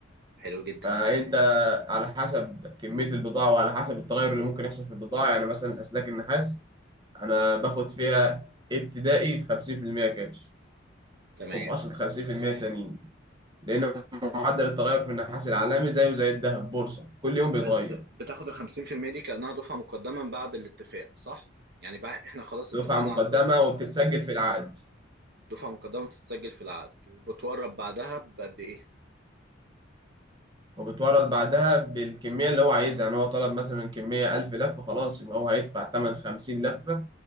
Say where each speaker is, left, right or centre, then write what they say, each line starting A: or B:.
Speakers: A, on the right; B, on the right.
A: حلو جدا
B: فانت على حسب كميه البضاعه وعلى حسب التغير اللي ممكن يحصل في البضاعه يعني مثلا اسلاك النحاس انا باخد فيها ابتدائي 50% كاش
A: تمام
B: وبأصل 50% تانيين لأن معدل التغير في النحاس العالمي زيه زي الذهب بورصة كل يوم بيتغير
A: بس بتاخد ال 50% دي كأنها دفعة مقدمة من بعد الاتفاق صح؟ يعني بقى احنا خلاص اتفقنا
B: دفعة مقدمة
A: على الب-
B: وبتتسجل في العقد
A: دفعة مقدمة بتتسجل في العقد وبتورب بعدها بقد ايه؟
B: وبتورد بعدها بالكمية اللي هو عايزها يعني هو طلب مثلا كمية ألف لفة خلاص يبقى هو هيدفع تمن خمسين لفة